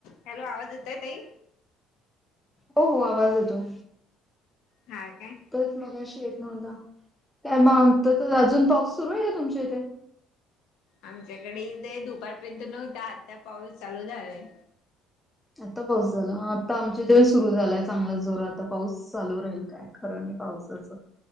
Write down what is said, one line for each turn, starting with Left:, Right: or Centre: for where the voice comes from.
Left: Hello आवाज येतोय ताई?
Centre: हो हो आवाज येतो.
Left: हाय काय.
Centre: तरच मगाशी येत नव्हता काय मग अजून पाऊस सुरू आहे का तुमच्या इथे?
Left: आमच्याकडे ईद हाय दुपारपर्यंत नव्हता आत्ता पाऊस चालू झालाय.
Centre: आता पाऊस झाला. आ आता आमच्या इथे सुरू झालाय चांगला जोराचा आता पाऊस चालू राहील काय- खरं नाही पावसाचं.